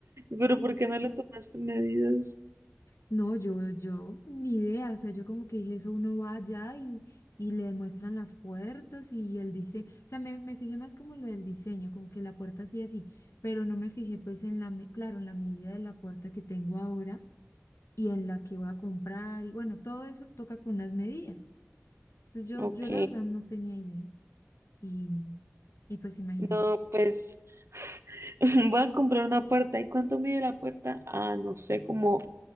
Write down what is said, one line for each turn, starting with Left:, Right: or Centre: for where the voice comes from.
Right: Pero
Left: mm,
Right: ¿por
Left: <laughs>
Right: qué no le tomaste medidas?
Left: No, yo, yo, ni idea. O sea, yo como que dije eso, uno va allá y, y le muestran las puertas y el diseño. O sea, me, me fijé más como lo del diseño, como que la puerta sí así, pero no me fijé pues en la, me- claro, en la medida de la puerta que tengo ahora y en la que voy a comprar. Y bueno, todo eso toca con las medidas. Entonces yo,
Right: Ok.
Left: yo la verdad no tenía idea. Y, y pues imagínate.
Right: No, pues. <laughs> Voy a comprar una puerta. ¿Y cuánto mide la puerta? Ah, no sé, como...